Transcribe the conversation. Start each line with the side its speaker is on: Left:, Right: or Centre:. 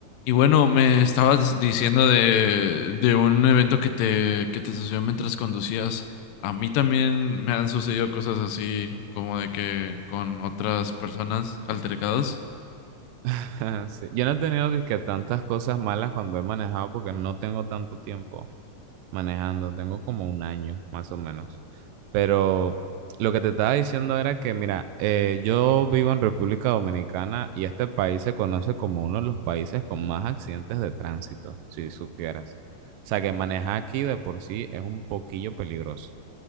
Left: Y bueno, me estabas diciendo de, de un evento que te, que te sucedió mientras conducías. A mí también me han sucedido cosas así, como de que con otras personas altercados.
Right: <laughs> Sí, Yo no he tenido disque tantas cosas malas cuando he manejado porque no tengo tanto tiempo manejando, tengo como un año más o menos. Pero lo que te estaba diciendo era que, mira, eh, yo vivo en República Dominicana y este país se conoce como uno de los países con más accidentes de tránsito, si supieras. O sea, que manejar aquí de por sí es un poquillo peligroso.